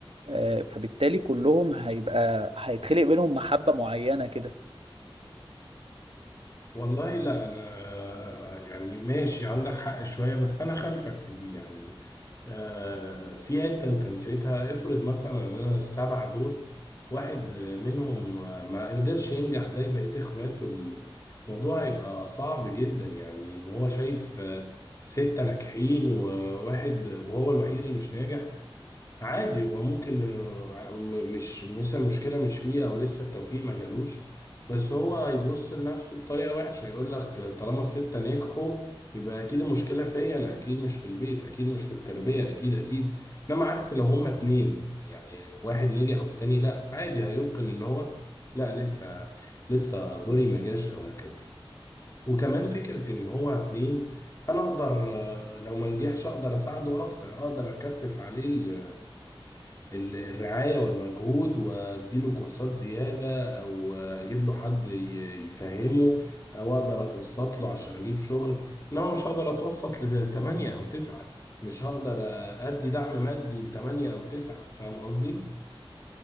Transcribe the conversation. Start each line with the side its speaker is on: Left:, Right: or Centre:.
Right: آه، فبالتالي كلهم هيبقى هيتخلق بينهم محبة معينة كده
Left: والله لا انا آه، يعني ماشي عندك حق شويه بس انا خلفك في دي يعني آه، في حته انت نسيتها افرض مثلا ان انا السبعه دول واحد منهم ما قدرش ينجح زي بقيه اخواته الموضوع هيبقى صعب جدا يعني ان هو شايف آه، سته ناجحين وواحد وهو الوحيد اللي مش ناجح عادي هو ممكن آه، ع- م- مش مثلا مشكلة مش فيه أو لسه التوفيق ما جالوش بس هو هيبص لنفسه بطريقة وحشة يقول لك آه، طالما الستة نجحوا يبقى أكيد المشكلة فيا أنا أكيد مش في البيت أكيد مش في التربية أكيد أكيد إنما عكس لو هما اتنين يعني واحد نجح والتاني لأ عادي هيوقن إن هو لأ لسه لسه دوري ما جاش أو هكذا وكمان فكرة إن هو اتنين أنا أقدر آه، لو ما نجحش أقدر أساعده أكتر أقدر أكثف عليه ال- الرعاية والمجهود واديله كورسات زيادة او اجيب له حد ي- يفهمه او اقدر اتوسط له عشان اجيب شغل انما مش هقدر اتوسط لثمانية او تسعة مش هقدر ادي دعم مادي لثمانية او تسعة فاهم قصدي؟